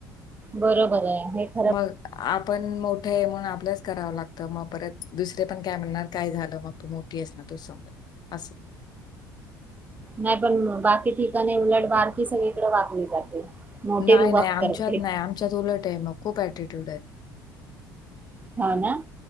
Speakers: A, on the right; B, on the left.
A: बरोबर आहे. भेट
B: मग आप आपण मोठं आहे म्हणून आपल्याच करावं लागतं, मग परत दुसरे पण काय म्हणणार काय झालं मग तू मोठी आहेस ना तूच समज असे
A: नाही पण बाकी ठिकाणी उलट बारकी सगळीकडे वाकली जाते. मोठी
B: नाही
A: रुबाब
B: नाही आमच्यात
A: करते
B: नाही आमच्यात उलट आहे मग खूप ऍटिट्यूड आहे.
A: हा ना.